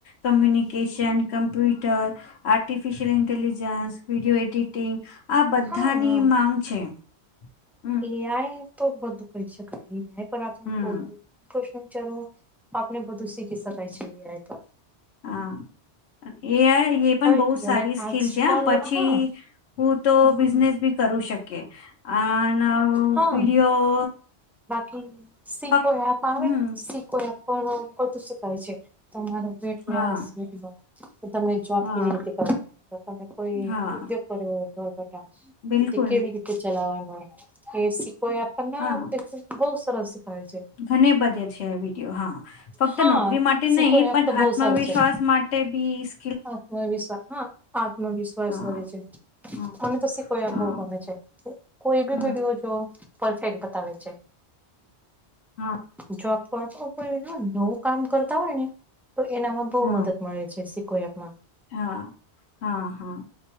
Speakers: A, on the left (about 75°); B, in the centre.
A: communication computer artificial intelligence video editing આ બધાની
B: હા હા
A: માંગ છે હમ્મ
B: ન્યા તો બધું કહી શકાય ન્યાય પણ આપ
A: હમ
B: કોઈ ફ્યુચરો આપને બધું શીખી શકાય છે એ આઈ કરી
A: હા એ આઈ એ પણ
B: હવે
A: બહુ
B: જોને
A: સારી સ્કીિલ
B: આજકાલ
A: છે હ પછી
B: હા
A: હું તો
B: હા
A: બિઝનેસ બી કરું શકે અને
B: હા
A: વિડીયો
B: બાકી સીકો
A: ફક્ત
B: એપ આવે
A: હમ
B: ને સી કો એપ પણ બધું શીખાય છે તમારો વેટ
A: હા
B: લોસ તો તમને જોબ
A: હા
B: કેવી રીતે કરવાની તમે કોઈ
A: હા
B: ઉદ્યોગ કર્યો હોય ઘરઘરના
A: બિલકુલ
B: તે કેવી રીતે ચલાવાનુંય સી કો એપ પણ
A: હા
B: તે બહુ સરસ શીખાવે છે
A: ઘને બધે છે વિડીયો હા ફક્ત
B: હા
A: નોકરી માટે
B: સિકો
A: નહીં પણ
B: એપ તો બહુ
A: આત્મવિશ્વાસ
B: સારું છે.
A: માટે તે બીસ
B: આત્મવિશ્વાસ હા આત્મવિશ્વાસ
A: હા
B: વધે છે
A: હમ
B: મને તો કો
A: હા
B: ગમે છે કોઈ બી
A: હમ
B: વિડયો તો પરફેક્ટ બતાવે છે
A: હા
B: જોબ તો કોઈ નવું કામ કરતા હોય ને તો એનામાં બહુ
A: હા
B: મદદ મળે છે શીખો આપમાં
A: હા હા હા